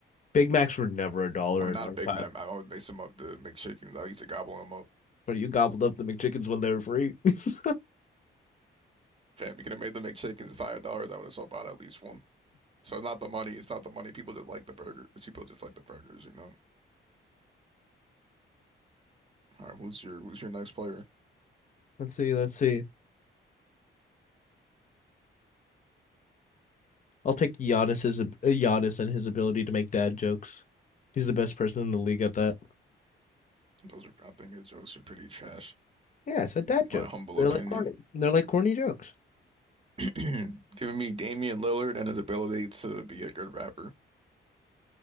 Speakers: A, on the left (about 40°); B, on the right (about 30°).
A: Big Macs were never a dollar
B: I mean,
A: in
B: not
A: our
B: a Big
A: time,
B: man. I always make some of the McChickens. I used to gobble them up.
A: but you gobbled up the McChickens when they were free. <laughs>
B: Fam, we could have made the McChickens five dollars. I would have sold out at least one. So it's not the money. It's not the money. People just like the burger. People just like the burgers, you know. All right, who's your who's your next player?
A: Let's see, let's see. I'll take Giannis's ab- uh, Giannis and his ability to make dad jokes. He's the best person in the league at that.
B: Those are, I think his jokes are pretty trash,
A: Yeah, it's a dad
B: my
A: joke.
B: humble
A: They're
B: opinion.
A: like corny. They're like corny jokes.
B: <clears throat> Giving me Damian Lillard and his ability to be a good rapper.